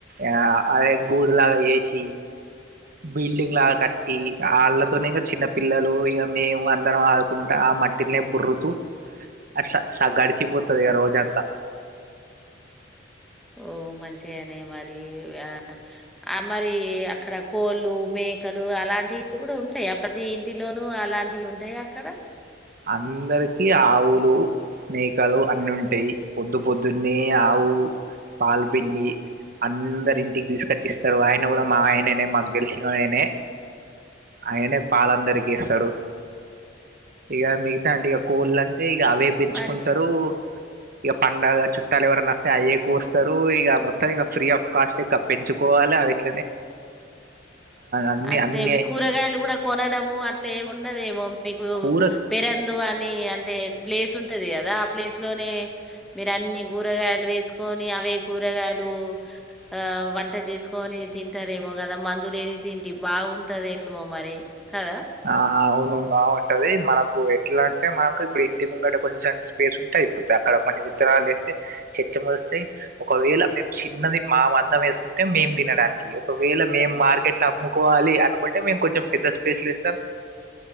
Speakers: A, on the right; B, in the centre.
A: ఆ అదే గూడులాగా చేసి, బిల్డింగ్ లాగా కట్టీ, ఆళ్ళతోనే ఇంగ చిన్న పిల్లలూ ఇగ మేము అందరం ఆడుకుంటా ఆ మట్టిన్లే బొర్రుతూ అట్ల గడిచిపోత్ ది ఇగ రోజంతా.
B: ఓ మంచిగానే మరీ. ఆ ఆ మరీ అక్కడ కోళ్ళూ, మేకలూ అలాంటివి కూడా ఉంటయి అ ప్రతి ఇంటిలోనూ అలాంటివి ఉంటాయా అక్కడా.
A: అందరికీ ఆవు లూ, మేకలూ అన్ని ఉంటయి. పొద్దు పొద్దున్నే ఆవు పాల్పిండీ అందరి ఇంటికి తీస్కచ్ ఇస్తరు ఆయన్ ఆయన కూడా మా ఆయననే మాకు తెెలిశిన ఆయననే. ఆయననే పాలందరికీ ఇస్తడు. ఇగ మిగతా అంటే ఇగ కోళ్ళ అంటే ఇగ అవే పెంచుకుంటరూ.
B: మరి.
A: ఇగ పండగ చుట్టాలు ఎవరన్న వస్తే అయే కోస్తరూ ఇగ మొత్తం ఇగ ఫ్రీ ఆఫ్ కాస్ట్ ఇక పెంచుకోవాలె అవిట్ అన్ని
B: అంటే
A: అన్ని
B: అవి కూరగాయలు కూడా కొనడమూ అట్లే ఏముండదు ఏమొ. మీకు
A: కూర
B: పేరన్లు అని అంటే ప్లేస్ ఉంటది గదా, ఆ ప్లేస్ లోనే మీరు అన్నీ కూరగాయలు వేసుకొనీ, అవే కూరగాయలూ ఆ వంట చేసుకొనీ. తింటారేమో గదా మందులేని తిండి బాగుంటదేమో మరి. కదా!
A: ఆ అవున్ ను బాగుంటదీ. మనకు ఎట్లా అంటే మనకు ఇప్పుడు ఇంటి ముంగట కొంచెం స్పేస్ ఉంటే అయిపోతద్. అక్కడ కొన్ని విత్తనాలు వేస్తే చెట్లు మొలుస్తయి. ఒకవేళ మేము చిన్నది మా మందం వేసుకుం టే మేం తినడానికి ఇగ ఒక వేళ మేం మార్ కెట్లా అమ్ముకోవాలీ అనుకుంటే, మేము కొంచెం పెద్ద స్పేస్ లో ఏస్